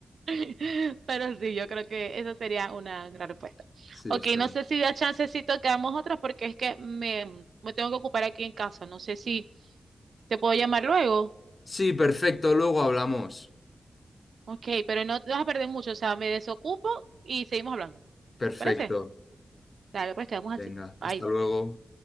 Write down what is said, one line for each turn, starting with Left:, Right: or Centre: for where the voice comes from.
Right: <laughs> Pero sí, yo creo que esa sería una gran respuesta.
Left: Sí,
Right: Ok,
Left: está
Right: no
Left: bien.
Right: sé si da chancecito que hagamos otras porque es que me, me tengo que ocupar aquí en casa. No sé si te puedo llamar luego.
Left: Sí, perfecto, luego hablamos.
Right: Ok, pero no te vas a perder mucho. O sea, me desocupo y seguimos hablando.
Left: Perfecto.
Right: ¿Te parece? Dale, pues quedamos así.
Left: Venga, hasta
Right: Bye.
Left: luego.